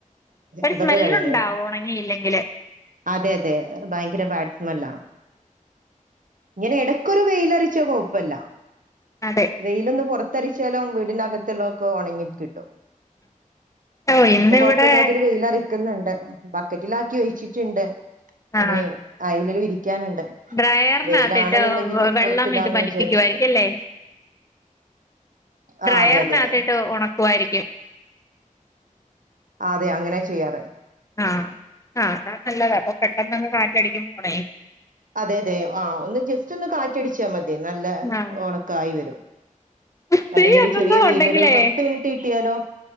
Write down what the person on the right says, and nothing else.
അതൊക്കെ
കഴിഞ്ഞ്
അതെ അതെ ഭയങ്കര ബാഡ് സ്മെല്ലാ ങ്ങനെ എടക്കൊരു വെയിലറച്ച കുഴപ്പല്ല
വെയിലൊന്ന് പൊറത്തരച്ചാലും വീടിനകത്തുള്ളൊക്കെ ഒണങ്ങി കിട്ടും
ഇപ്പൊ കൊഴപ്പല്ലാത്തൊരു വെയിലറി ക്ക്ന്ന്ണ്ട്. ബക്കറ്റിലാക്കി വെച്ചിട്ട്ണ്ട്,
ഇനി അയലിൽ വിരിക്കാനുണ്ട്
വെയിലാണെന്നുണ്ടെങ്കില്
പുറത്തിടാന്ന്
വിചാരിച്ചിട്ട്
ആ അതെ അതെ അതെ
ആ അതെ അങ്ങനെ ചെയ്യാറ്
അതെ അതെ ആഹ് ഒന്ന് ജസ്റ്റ് ഒന്ന് കാറ്റടിച്ചാ മതി നല്ല
ഒണക്കായി വരും
അല്ലെങ്കി ഒരു
ചെറിയ വെയിലൊരു പത്ത് മിനിറ്റ് കിട്ടിയാലോ